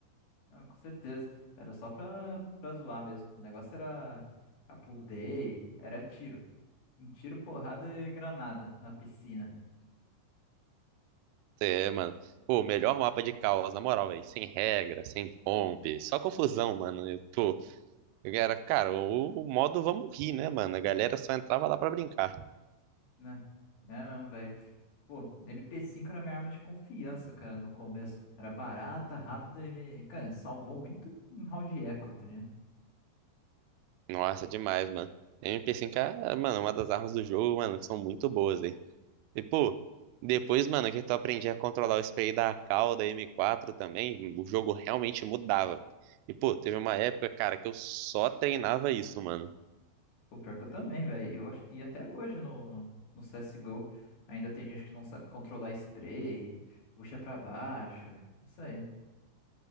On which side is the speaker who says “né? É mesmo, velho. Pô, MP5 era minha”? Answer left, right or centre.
Left